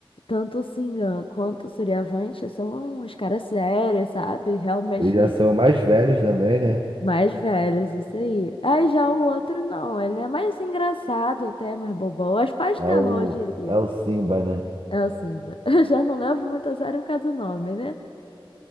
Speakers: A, on the left (about 70°); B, on the right (about 65°).
A: tanto o Singan quanto o Suriavante, são uns caras sérios, sabe? Realmente
B: Eles já são mais velhos também, né?
A: Mais velhos, isso aí. Aí já o outro não, ele é mais engraçado até, mais bobão. As pastelou,
B: É o,
A: eu diria.
B: é o Simba, né?
A: É o Simba. <laughs> Eu já não levo muito a sério por causa do nome, né?